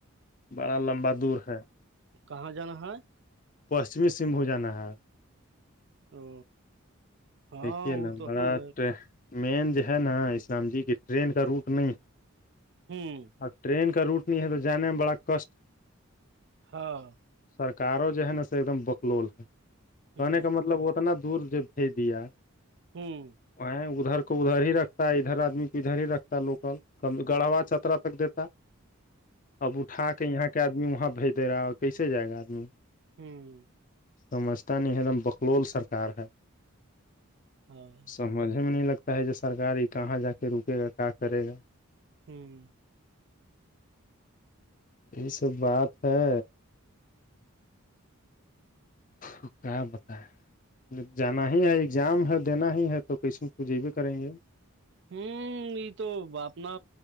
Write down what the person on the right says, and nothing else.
کہاں جانا ہے
او ہاں
وہ
تو
ہے
ہوں
ہاں
ہوں
ہوں
ءں <inaudible>
ہوں
ہوں
ہوں
ہوں یہ تو اپنا